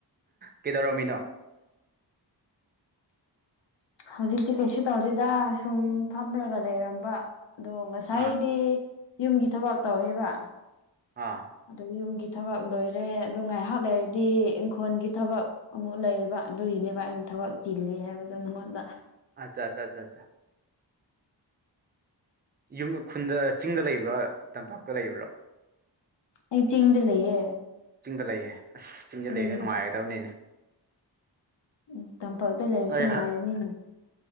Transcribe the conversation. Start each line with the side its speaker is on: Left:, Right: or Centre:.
Right: ꯀꯩꯗꯧꯔꯝꯃꯤꯅꯣ
Left: ꯍꯧꯖꯤꯛꯇꯤ ꯀꯩꯁꯨ ꯇꯧꯗꯦꯗ ꯁꯨꯝ ꯐꯝꯂꯒ ꯂꯩꯔꯝꯕ ꯑꯗꯣ ꯉꯁꯥꯏꯗꯤ
Right: ꯑꯥ
Left: ꯌꯨꯝꯒꯤ ꯊꯕꯛ ꯇꯧꯋꯦꯕ
Right: ꯑꯥ
Left: ꯑꯗꯣ ꯌꯨꯝꯒꯤ ꯊꯕꯛ ꯂꯣꯏꯔꯦ ꯑꯗꯣ ꯉꯥꯏꯍꯥꯛ ꯂꯩꯔꯗꯤ ꯏꯪꯈꯣꯜꯒꯤ ꯊꯕꯛ ꯑꯃꯨꯛ ꯂꯩꯌꯦꯕ ꯑꯗꯨꯒꯤꯅꯦꯕ ꯑꯩꯅ ꯊꯕꯛ ꯆꯤꯜꯂꯤ ꯍꯥꯏꯕꯗꯣ ꯅꯉꯣꯟꯗ
Right: ꯑꯆꯥꯆꯥꯆꯥꯆꯥ ꯌꯨꯝ ꯈꯨꯟꯗ ꯆꯤꯡꯗ ꯂꯩꯕ꯭ꯔꯥ ꯇꯝꯄꯥꯛꯇ ꯂꯩꯕ꯭ꯔꯥ
Left: ꯑꯩ ꯆꯤꯡꯗ ꯂꯩꯌꯦ
Right: ꯆꯤꯡꯗ ꯂꯩꯌꯦ ꯑꯁ ꯆꯤꯡꯗ
Left: ꯎꯝ
Right: ꯂꯩꯒ ꯅꯨꯡꯉꯥꯏꯒꯗꯕꯅꯤꯅꯦ
Left: ꯎꯝ ꯇꯝꯄꯥꯛꯇ ꯂꯩꯕꯁꯨ
Right: ꯑꯩ
Left: ꯅꯨꯡꯉꯥꯏꯕꯅꯤꯅꯦ